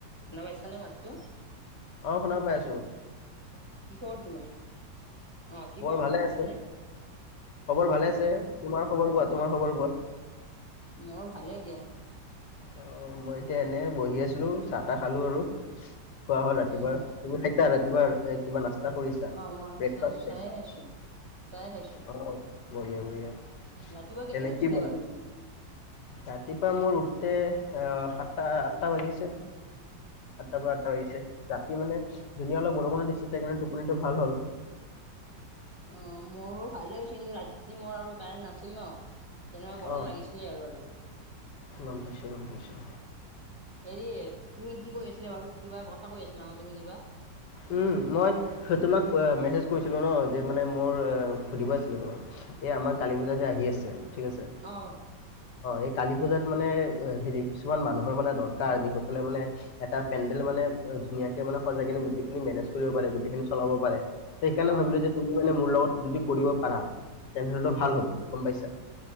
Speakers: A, on the right (about 25°); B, on the left (about 70°).
A: শুনা পাইছানা মাতটো?
B: অ', শুনা পাইছোঁ।
A: কি খবৰ তোমাৰ? অ', কি খবৰ
B: ভালে
A: তোমাৰ
B: আছে
A: ভাল নে?
B: খবৰ ভালে আছে। তোমাৰ খবৰ কোৱা তোমাৰ খবৰ কোৱা।
A: মৰ ভালে দিয়া।
B: অ', মই এতিয়া এনে বহি আছিলোঁ, চাহ তা খালোঁ আৰু। খোৱা হ'ল ৰাতিপাৰ।
A: অ ম
B: তুমি খাইছা ৰাতিপাৰ এ, কিবা নাচ তা, কৰিছা,
A: অ মই
B: ব্ৰেক
A: চাহ
B: ফাছ খাইছ।
A: চাহে খাইছো। চাহে খাইছো।
B: অ', বঢ়িয়া বঢ়িয়া।
A: ৰাতিপুৱা কেইটাত
B: এনে
A: উঠিলা
B: কি বনাইছে?
A: বাৰু তুমি?
B: ৰাতিপা মোৰ উঠ তে আহ, সাতটা আঠটা বাজিছে। সাতটাৰ পৰা আঠটা বাজিছে। ৰাতি মানে ধুনীয়া অলপ বৰষুণ' দিছেটো সেইকাৰণে টোপনিটো ভাল হ'ল।
A: অ', মৰো ভালে হৈছে কিন্তু ৰাতি মই আৰু কাৰেণ্ট নাচ ছিল ন' তেনে আৰু গৰম
B: অঁ
A: লাগিছিলে আৰু আৰু।
B: গম পাইছোঁ, গম পাইছোঁ।
A: হেৰি তুমি কি কৈ আছিলা বাৰু? কিবা কথা কৈ আছিলা ন' তুমি কিবা?
B: উম, মই ধ, তোমাক আ, মেছেজ কৈছিলোঁ ন' যে মানে মোৰ আ, সুধিব আছিলে তোমাক। এই আমাৰ কালি পূজা যে আহি আছে। ঠিক আছে।
A: অ
B: অ', এই কালী পূজাত মানে আ, হেৰি কিছুমান মানুহৰ মানে দৰকাৰ যিসকলে মানে এটা পেণ্ডেল মান তেট, আ, ধুনীয়াকে মানে সজাইকেনে গোটেইখিনি মেনেজ কৰিব পাৰে। গোটেই খিনি চলাব পাৰে। সেইকাৰণে
A: অ।
B: ভাবিলোঁ যে তুমি এনে মোৰ লগত যদি কৰিব পাৰা। তেনেহ'লেটো ভাল হ'ব, গম পাইছা।